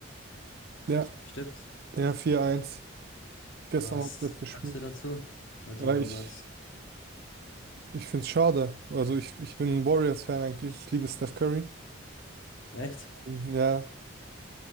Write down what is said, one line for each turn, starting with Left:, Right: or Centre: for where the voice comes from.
Right: Ja,
Left: stimmt?
Right: ja, vier eins. Gestern
Left: Was
Right: war das letzte Spiel.
Left: sagst du dazu? Also
Right: Ja, ich.
Left: was?
Right: Ich finde es schade. Also ich, ich bin ein Warriors-Fan eigentlich. Ich liebe Steph Curry.
Left: Echt?
Right: Ähm, Ja,